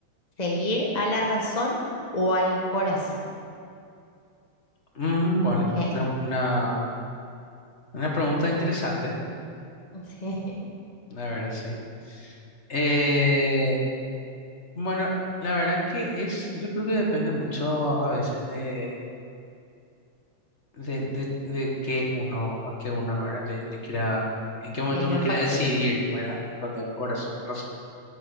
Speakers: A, on the left (about 50°); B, on the left (about 30°).
A: seguir a la razón o al corazón?
B: Mm, bueno,
A: ¿Qué es
B: una, una, una pregunta interesante,
A: <laughs> sí,
B: la verdad, sí. Eh, bueno, la verdad que es, yo creo que depende mucho a veces de, de, de, de qué uno, a qué uno, ¿verdad? Le, le quiera, en qué momento
A: de los
B: uno quiera
A: factores.
B: decidir, ¿verdad? Donde el corazón, razón.